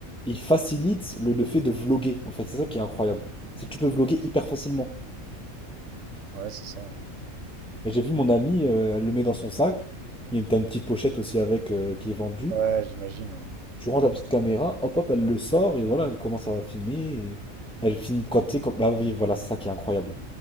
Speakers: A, in the centre; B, on the right (about 60°).
A: Et il facilite le, le fait de vloguer, en fait. C'est ça qui est incroyable. C'est que tu peux vloguer hyper facilement.
B: Ouais, c'est ça. hein.
A: Et j'ai vu mon amie, euh, elle le met dans son sac. Il y a une, t'as une petite pochette aussi avec, euh, qui est vendue.
B: Ouais, j'imagine, ouais.
A: Tu ranges la petite caméra, hop hop, elle le sort, et voilà, elle commence à filmer. et elle filme quand, tu sais, quand- Bah oui, voilà, c'est ça qui est incroyable.